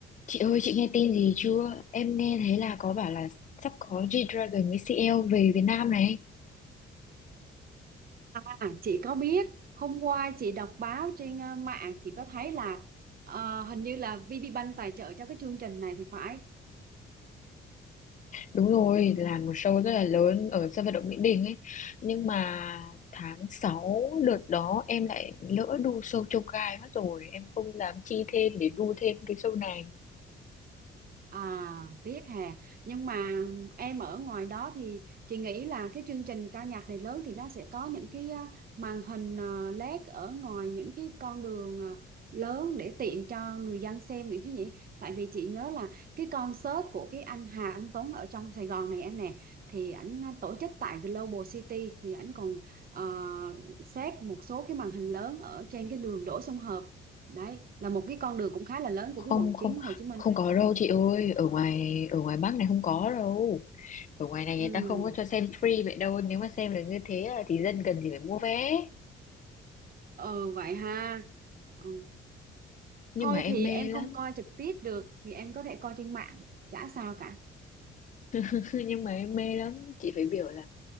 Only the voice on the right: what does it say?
À, chị có biết hôm qua chị đọc báo trên ờ, mạng chị có thấy là ờ, hình như là VPBank tài trợ cho cái chương trình này thì phải
À, tiếc hà. Nhưng mà em ở ngoài đó thì chị nghĩ là cái chương trình ca nhạc này lớn thì nó sẽ có những cái à, màn hình à, LED ở ngoài những cái con đường à, lớn để tiện cho người dân xem được chứ nhỉ? Tại vì chị nhớ là cái concert của cái anh Hà Anh Tuấn ở trong Sài Gòn này em nè thì ảnh à, tổ chức tại Global City thì ảnh còn uh, xét một số cái màn hình lớn ở trên cái đường Đỗ Xuân Hợp. Đấy, là một cái con đường cũng khá là lớn
của cái quận
9 Hồ Chí Minh.
đấy.
Ừ.
ừ vậy ha ừ.
thôi
thì
em
không coi trực tiếp được thì em có thể coi trên mạng chả sao cả